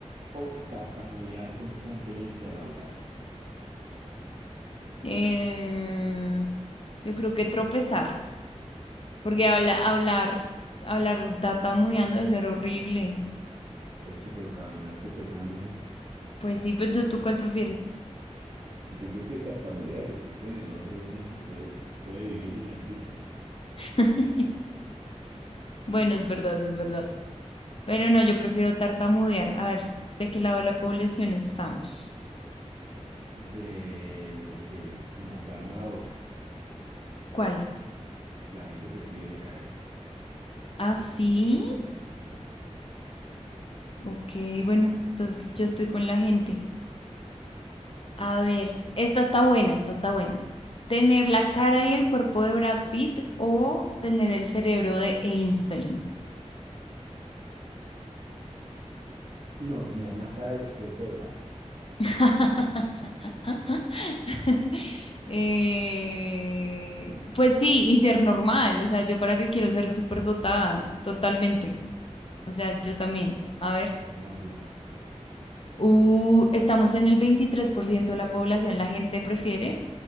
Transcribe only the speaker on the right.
o tartamudear constantemente al hablar.
Pues sí, pero caminar tropezándose.
Yo creo que tartamudear, porque es que en el otro uno se puede, puede vivir en el piso.
De los que no, ganó la otra.
La gente prefiere caerse.
Sí.
No, tener la cara y el cuerpo de brazo.
Bueno,
qué amargura.